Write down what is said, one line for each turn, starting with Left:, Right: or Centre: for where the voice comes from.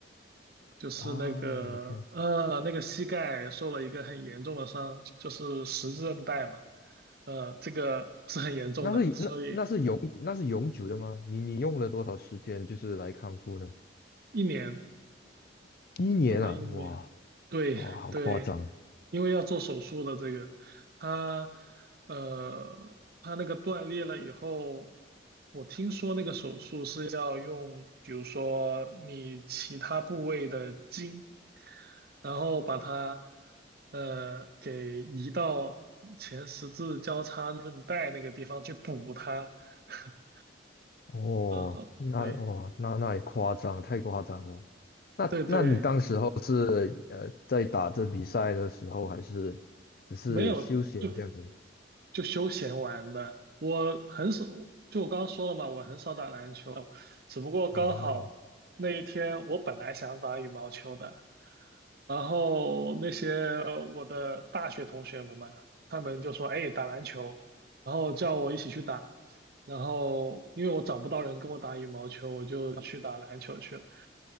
Right: 就是那个呃那个膝盖受了一个很严重的伤，
Left: 啊，OK。
Right: 就是十字韧带嘛，呃这个是很严重的，
Left: 那是那那是永那是永久的吗？
Right: 所以
Left: 你你用了多少时间就是来康复呢？
Right: 一年
Left: 一年啊，
Right: 用了一年，
Left: 哇
Right: 对对，
Left: 哇，好夸张啊
Right: 因为要做手术的这个，他呃他那个断裂了以后。我听说那个手术是要用，比如说你其他部位的筋，然后把它呃给移到前十字交叉韧带那个地方去补它。<laughs>
Left: 哦！
Right: 然后对
Left: 那哦那那也夸张，太夸张了。那那你当时候是呃在打这比赛的时候，
Right: 对对，
Left: 还是只是休闲这样子
Right: 没有就就休闲玩的。我很少，就我刚刚说了嘛，我很少打篮球，只不过刚好那一天我本来想打羽毛球的。
Left: 啊？
Right: 然后那些呃我的大学同学们嘛，他们就说：“哎，打篮球。”然后叫我一起去打。然后因为我找不到人跟我打羽毛球，我就去打篮球去了。